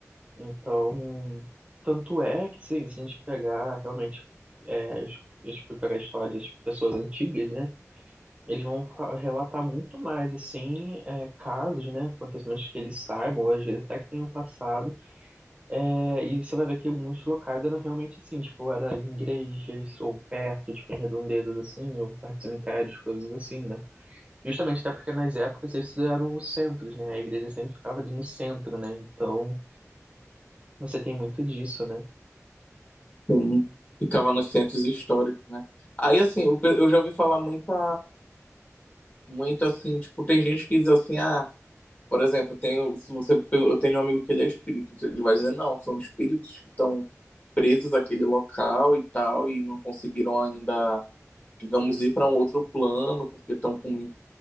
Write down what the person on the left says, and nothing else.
Sim. Ficava nos centros históricos, né? Aí, assim, eu eu já ouvi falar muita Muito assim, tipo, tem gente que diz assim, ah, por exemplo, tenho, se você, eu tenho um amigo que ele é espírito, então ele vai dizer, não, são espíritos que estão presos àquele local e tal, e não conseguiram ainda, digamos, ir para um outro plano, porque estão com